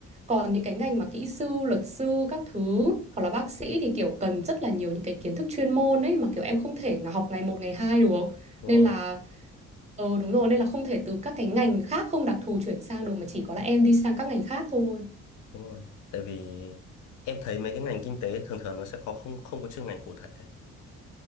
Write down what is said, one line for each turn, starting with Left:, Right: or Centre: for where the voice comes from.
Right: Còn những cái ngành mà kỹ sư, luật sư các thứ hoặc là bác sĩ thì kiểu cần rất là nhiều những cái kiến thức chuyên môn ấy mà kiểu em không thể học ngày một ngày hai được.
Left: đúng
Right: Nên
Left: rồi
Right: là Ừ đúng rồi nên là không thể từ các cái ngành khác không đặc thù chuyển sang được mà chỉ có là em đi sang các ngành khác thôi.
Left: đúng rồi tại vì em thấy mấy cái ngành kinh tế thường thường nó sẽ khó không không có chuyên ngành cụ thể